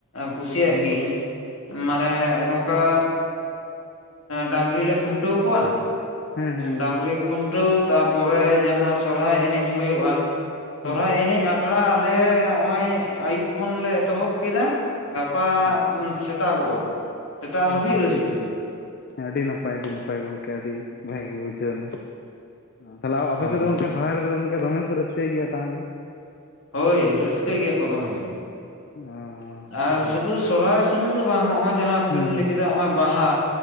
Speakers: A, on the left; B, on the left.
A: ᱠᱩᱥᱤᱭᱟᱜ
B: ᱦᱩᱸ
A: ᱜᱤᱭᱟᱹᱧ᱾ ᱢᱟᱱᱮ ᱱᱚᱝᱠᱟ ᱰᱟᱝᱨᱤᱞ ᱞᱮ ᱠᱷᱩᱱᱴᱟᱹᱣ ᱠᱚᱣᱟ᱾
B: ᱦᱮᱸ ᱦᱮᱸ
A: ᱰᱟᱝᱨᱤ
B: ᱦᱮᱸ
A: ᱠᱷᱩᱱᱴᱟᱹᱣ ᱛᱟᱨᱯᱚᱨᱮ ᱡᱟᱦᱟᱸ ᱥᱚᱨᱦᱟᱭ ᱮᱱᱮᱡ ᱦᱩᱭᱩᱜᱼᱟ᱾ ᱥᱚᱨᱦᱟᱭ
B: ᱦᱩᱸ
A: ᱮᱱᱮᱡ ᱟᱠᱷᱲᱟ ᱟᱞᱮ ᱱᱚᱜᱼᱚᱭ ᱟᱹᱭᱩᱵ ᱠᱷᱚᱱᱞᱮ ᱮᱛᱚᱦᱚᱵ ᱠᱮᱫᱟ ᱜᱟᱯᱟ
B: ᱦᱚᱸ
A: ᱥᱮᱛᱟᱜᱚᱜᱼᱟ, ᱥᱮᱛᱟᱜ ᱦᱟᱹᱵᱤᱡ
B: ᱦᱚᱸ ᱟᱹᱰᱤ
A: ᱨᱟᱹᱥᱠᱟᱹ᱾
B: ᱟᱹᱰᱤ ᱱᱟᱯᱟᱭ ᱟᱹᱰᱤ ᱱᱟᱯᱟᱭ ᱜᱚᱝᱠᱮ ᱟᱹᱰᱤ ᱵᱷᱟᱹᱜᱮ ᱵᱩᱡᱷᱟᱹᱣ ᱮᱱᱟ᱾ ᱛᱟᱦᱚᱞᱮ ᱟᱯᱮ
A: ᱦᱳᱭ
B: ᱥᱮᱫ ᱫᱚ ᱥᱚᱨᱦᱟᱭ ᱨᱮᱫᱚ ᱜᱚᱝᱠᱮ ᱫᱚᱢᱮ ᱠᱚ ᱨᱟᱹᱥᱠᱟᱹᱭ ᱜᱮᱭᱟ ᱛᱟᱦᱚᱞᱮ?
A: ᱦᱳᱭ ᱨᱟᱹᱥᱠᱟᱹᱭ ᱜᱮᱭᱟ ᱠᱚ ᱫᱚᱢᱮᱜᱮ᱾
B: ᱚ
A: ᱟᱨ
B: ᱵᱷᱟᱜᱮ
A: ᱥᱩᱫᱷᱩ
B: ᱠᱟᱛᱷᱟ
A: ᱥᱚᱨᱦᱟᱭ ᱥᱩᱢᱩᱝ ᱫᱚ ᱵᱟᱝ ᱱᱚᱜᱼᱚᱭ ᱡᱟᱦᱟᱸ ᱵᱤᱱ
B: ᱦᱮᱸ
A: ᱞᱟᱹᱭ ᱠᱮᱫᱟ ᱱᱚᱜᱼᱚᱭ ᱵᱟᱦᱟ,